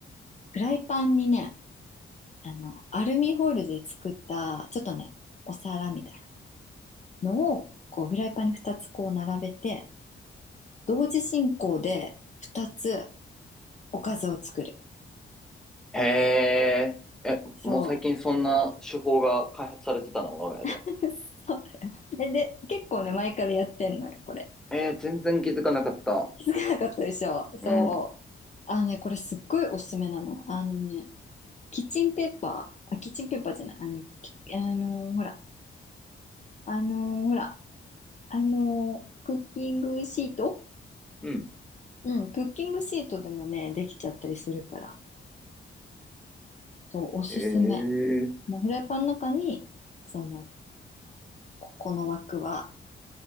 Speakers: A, on the left; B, in the centre.
A: フライパンにね、あの、アルミホイルで作った、ちょっとね、お皿みたいなのを、こう、フライパンに2つこう並べて、同時進行で2つおかずを作る。
B: へえ。え、
A: そ
B: もう最近そんな手法が開発されてたの我が家で。
A: う。<laughs> そうだよ。で、で、結構ね、前からやってんのよ、これ。
B: えー、全然気づかなかった。
A: 気づかなかったでしょ。そう。
B: うん。
A: あのね、これすっごいおすすめなの。あのね、キッチンペーパー、あ、キッチンペーパーじゃない、あの、きあのーほら、あのーほら、あのークッキングシート
B: うん。
A: うん、クッキングシートでもね、できちゃったりするから、そう、おすすめ。
B: へえ。
A: もうフライパンの中に、その、ここの枠は